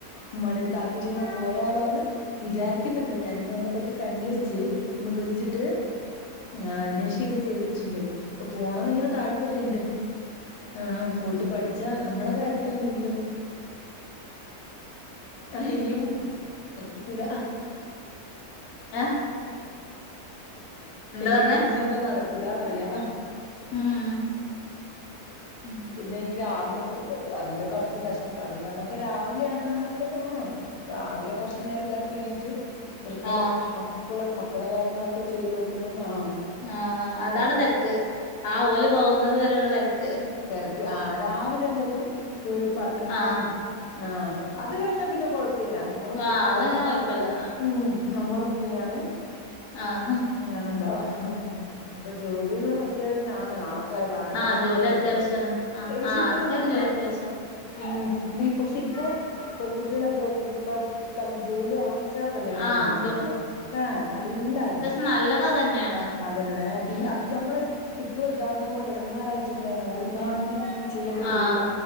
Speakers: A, on the left (about 85°); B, on the left (about 65°).
A: ഉമ്മന്റെടുത്ത് ആക്കീട്ട് ഇങ്ങനെ പോയാലോന്ന് വിചാരിക്കുന്നുണ്ട് ഞാനിങ്ങനെ അതിനെപ്പറ്റികന്യോഷ്ച്ച് ഒന്ന് വിളിച്ചിട്ട് ആഹ് അന്വേഷിക്കൊക്കെ ചെയ്തിട്ടുണ്ട്. ഇപ്പൊ പോണംന്ന്ങ്ങനെ താല്പര്യംണ്ട് ആ പോയിട്ട് പഠിച്ചാ ന്നമ്മടെ കാര്യ ത്തിന് എന്തെങ്കിലും ആ ഹിനിയുംമറക്കൂല.
B: എഹ്
A: ഇനിയും
B: പറഞ്ഞേ
A: മടിച്ചിരുന്നാ നടക്കൂലാന്ന് അറിയാ.
B: ഉം ഉം
A: പിന്നെ ഈ രാവിലെ ത്പ്പെ അതിന്റെ കൊർച്ച് കഷ് ഒച്ചപ്പാട് പറഞ്ഞപ്പോ രാവിലെ ആണെങ്കിൽ നമ്മള് ആ രാവിലെ കൊർച്ച് ന്നേര്തൊക്കെ എണീറ്റ് ഇവർക്കുള്ള
B: ആ
A: ഭക്ഷ മക്കൾക്കുള്ള മക്കടെ കാര്യങ്ങളൊക്കെ ചെയ്തു വെക്കണം അഹാ
B: ആഹ്, അഹ് അതാണ് തെര്ക്ക് ആ ഓല് പോകുന്നത് വെരെയുള്ള തെരെക്ക്.
A: തെര്ക്ക് ആഹ് രാവിലൊള്ളോര് സ്കൂളിൽ പറഞ്ഞേക്ക്
B: ആഹ്
A: ആഹ് അത് കഴിഞ്ഞാ പിന്നെകൊഴപ്പില്ല. ന്നമ്മളും
B: ആഹ്
A: ഫ്രീഇപ്പതാണ്
B: അത് പിന്നെ കൊഴപ്പല്ല
A: ഉം ന്നമ്മളും ഫ്രീയാണ്.
B: ആഹാ
A: ആണല്ലോ ഇപ്പൊ ജോലിന്നു അത്യാവിശ്യണ് ആർ ക്കായാലും ആണ്ണായാലും
B: ആഹ് ജോലി
A: പെൺകുട്ടി
B: അത്യാവശ്യാണ് ആഹ്
A: പക്ഷെ
B: ആഹ്
A: ഇപ്പത്തെ
B: ആർക്കായാലും
A: കുട്ടി
B: ജോലി അത്യാവശ്യ
A: ഉം ബി പക്ഷെ ഇപ്പോ പെൺകുട്ടികളൊക്കെ ക, കൽ ജോലിആയി റ്റാകല്യാണത്തിന്
B: ആഹ്
A: നോക്കുന്നുള്ളൂ ലേ അല്ലാരും.
B: ന്നല്ലെത് അതെന്നെണ്.
A: അതെന്നെ പിന്നെ ഞമ്മള് ഇപ്പൊ ഇതാകുന്നപോലെ ഇടങ്ങാറായിട്ട് ന്തന്നെ ഓടിപ്പാഞ്ഞ് ചെയ്യെണ്ടി
B: ആഹ്
A: വെരൂല.